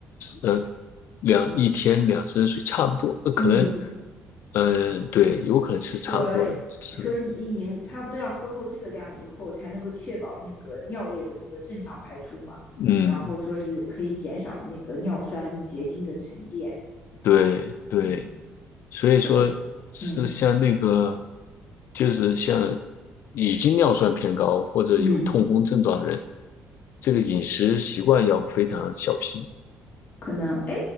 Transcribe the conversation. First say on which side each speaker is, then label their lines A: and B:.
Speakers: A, on the left; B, on the left.
A: 呃，两一天两升水差不多，
B: 嗯
A: 呃，可能
B: 嗯，
A: 呃，对，有可能是差不多的，
B: 说
A: 是的，
B: 所以你差不多要喝够这个量以后，才能够确保那个尿液的那个正常排出嘛。
A: 嗯，
B: 然后说是可以减少那个尿酸结晶的沉淀，
A: 对对，
B: 嗯，
A: 所以说是像那个，
B: 否则嗯
A: 就是像已经尿酸偏高或者有痛风症状的人，
B: 嗯，
A: 这个饮食习惯要非常小心。
B: 可能哎，